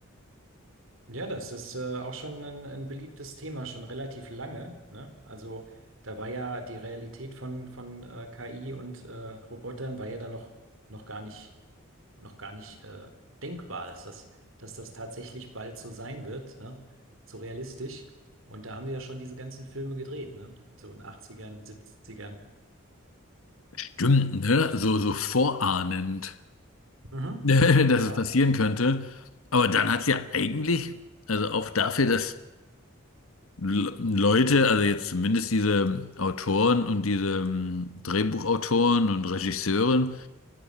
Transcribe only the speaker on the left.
Stimmt, ne? So, so vorahnend,
<laughs> dass
es passieren könnte. Aber dann hat es ja eigentlich, also auch dafür, dass Le- Leute, also jetzt zumindest diese Autoren und diese ähm, Drehbuchautoren und Regisseuren,